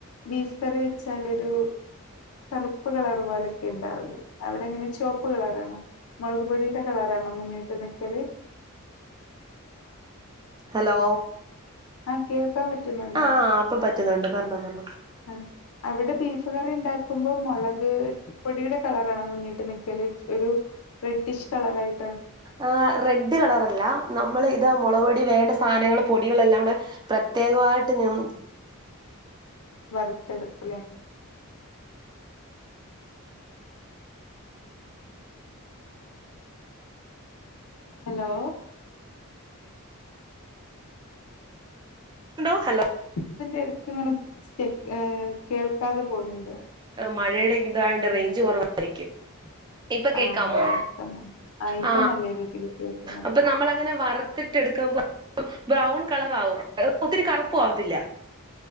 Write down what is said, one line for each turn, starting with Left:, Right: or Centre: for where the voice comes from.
Left: ബീഫ് കറി വെച്ചാലൊരു കറുപ്പ് കളറ് പോലൊക്കെ ഉണ്ടാവല് അവിടെ എങ്ങനെ ചുവപ്പ് കളറാണോ മുളക്പൊടിയുടെ കളറാണോ മുന്നിട്ട് നിക്കല്
Right: ഹലോ
Left: ആഹ് കേൾക്കാൻ പറ്റുന്നുണ്ടോ
Right: ആ ഇപ്പൊ പറ്റുന്നുണ്ട് പറഞ്ഞോ പറഞ്ഞോ
Left: ആ അവിടെ ബീഫ് കറി ഇണ്ടാക്കുമ്പോ മൊളക് പൊടിയുടെ കളറാണോ മുന്നിട്ട് നിക്കല് ഒരു റെഡ്ഡിഷ് കളറായി
Right: ആ റെഡ് കളറല്ല നമ്മൾ ഇത് മുളക്പൊടി വേണ്ട സാധനങ്ങള് പൊടികളെല്ലാം കൂടെ പ്രത്യേകമായിട്ട് ഞം
Left: വറുത്തെടുക്കല്ലേ ഹലോ
Right: ഹലോ ഹലോ
Left: ഇതിന്റെ ഇടക്ക് ഇങ്ങനെെ സ്റ്റെ കേൾക്കാതെ പോകുന്നുണ്ട്
Right: മഴേടെ ഇതായോണ്ട് റേഞ്ച് കൊറവായിരിക്കും ഇപ്പൊ കേക്കാമോ
Left: ആഹ് അതായിരിക്കും എന്നാ ആഹ് ഇപ്പൊ
Right: ആ
Left: നല്ല രീതിയിൽ കേൾക്കുന്നുണ്ട്
Right: അപ്പൊ നമ്മളങ്ങനെ വർ ത്തിട്ടെടുക്കുമ്പോ ബ്രൗൺ കളറാകും ഒത്തിരി കറുപ്പും ആവത്തില്ല